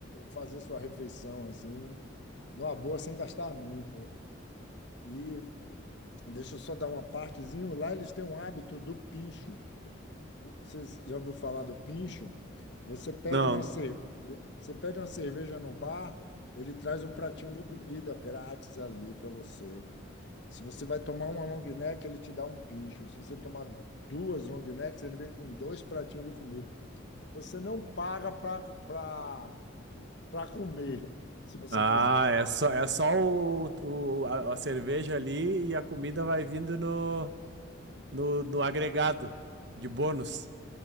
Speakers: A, on the left (about 55°); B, on the right (about 55°).
A: fazer sua refeição assim, numa boa, sem gastar muito. E deixa eu só dar uma partezinha, lá eles têm um hábito do pincho. Você já ouviu falar do pincho? Você pede
B: Não.
A: uma cerveja, você pede uma cerveja no bar, ele traz um pratinho de comida grátis ali para você. Se você vai tomar uma long neck, ele te dá um pincho. Se você tomar duas long necks, ele vem com dois pratinhos de comida. Você não paga para para comer. Se você
B: Ah,
A: quiser
B: é só, é só o, o- a, a cerveja ali e a comida vai vindo no, no, no agregado de bônus.